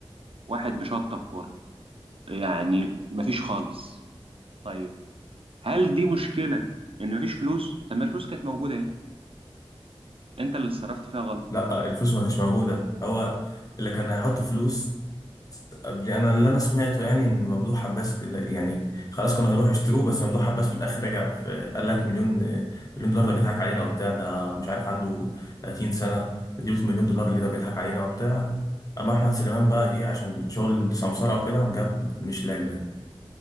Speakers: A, on the right (about 65°); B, on the left (about 35°).
A: واحد مشطب كوره يعني مفيش خالص طيب هل دي مشكله ان مفيش فلوس طب ما الفلوس كانت موجوده اهي انت اللي اتصرفت فيها غلط
B: لا الفلوس ما كانتش موجودة هو اللي كان هيحط فلوس قبل انا اللي انا سمعته يعني ان ممدوح عباس كل- يعني خلاص كانوا هيروحوا يشتروه بس ممدوح عباس في الاخر رجع في قال لك مليون مليون دولار ده بيضحك علينا وبتاع ده مش عارف عنده 30 سنه نديله مليون دولار اللي ده بيضحك علينا وبتاع اما احمد سليمان بقى ايه عشان شغل سمسره وكده قام جاب مش لاج ده